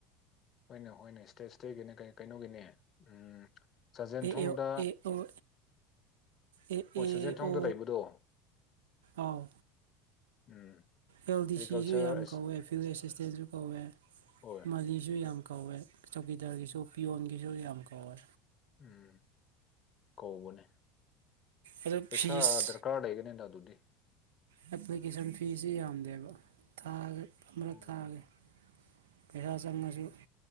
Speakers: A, on the left; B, on the right.
A: ꯍꯣꯏꯅꯦ ꯍꯣꯏꯅꯦ ꯏꯁꯇꯦꯠ ꯏꯁꯇꯦꯠꯒꯤꯅꯦ ꯀꯩꯅꯣꯒꯤꯅꯦ ꯎꯝ ꯆꯥꯖꯦꯟꯊꯣꯡꯗ
B: ꯑꯦ ꯑꯦ ꯑꯦ ꯑꯣ ꯑꯦ
A: ꯍꯣꯏ
B: ꯑꯦ
A: ꯆꯥꯖꯦꯟꯊꯣꯡꯗ
B: ꯑꯣ
A: ꯂꯩꯕꯗꯣ
B: ꯑꯥꯎ
A: ꯎꯝ
B: ꯑꯦꯜ ꯗꯤ
A: ꯑꯦꯒ꯭ꯔꯤꯀꯜꯆꯔ
B: ꯁꯤꯁꯨ ꯌꯥꯝ
A: ꯑꯁ
B: ꯀꯧꯋꯦ ꯐꯤꯜ ꯑꯦꯁꯤꯁꯇꯦꯟꯁꯨ ꯀꯧꯋꯦ
A: ꯍꯣꯏ
B: ꯃꯥꯂꯤꯁꯨ ꯌꯥꯝ ꯀꯧ ꯀꯧꯋꯦ ꯆꯧꯀꯤꯗꯔꯒꯤꯁꯨ ꯄꯤꯌꯣꯟꯒꯤꯁꯨ ꯌꯥꯝ ꯀꯧꯋꯦ
A: ꯎꯝ ꯀꯧꯕꯅꯦ
B: ꯑꯗꯨ
A: ꯄꯩꯁꯥ
B: ꯐꯤꯁ
A: ꯗꯔꯀꯥꯔ ꯂꯩꯒꯅꯤꯗ ꯑꯗꯨꯗꯤ
B: ꯑꯦꯄꯂꯤꯀꯦꯁꯟ ꯐꯤꯁ ꯁꯦ ꯌꯥꯝ ꯕ ꯊꯥ꯭ꯔ
A: ꯎꯝ
B: ꯊꯥꯒꯦ ꯄꯩꯁꯥ ꯆꯪꯉꯁꯨ